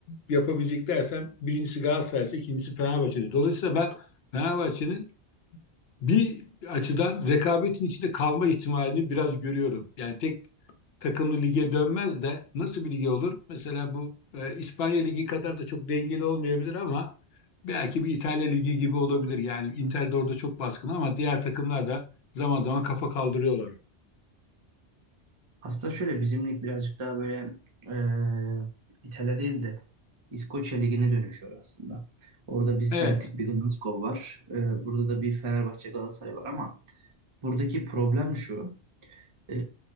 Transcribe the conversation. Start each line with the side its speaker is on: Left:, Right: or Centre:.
Left: yapabilecek dersem birincisi Galatasaray'sa ikincisi Fenerbahçe'dir. Dolayısıyla ben Fenerbahçe'nin bir açıdan rekabetin içinde kalma ihtimalini biraz görüyorum. Yani tek takımlı lige dönmez de nasıl bir lige olur? Mesela bu e, İspanya Ligi kadar da çok dengeli olmayabilir ama belki bir İtalya Ligi gibi olabilir. Yani Inter de orada çok baskın ama diğer takımlar da zaman zaman kafa kaldırıyorlar.
Right: Aslında şöyle bizim lig birazcık daha böyle e, İtalya değil de İskoçya Ligi'ne dönüşüyor aslında. Orada bir Celtic,
Left: Evet.
Right: bir Glasgow var. E, burada da bir Fenerbahçe Galatasaray var ama buradaki problem şu. e,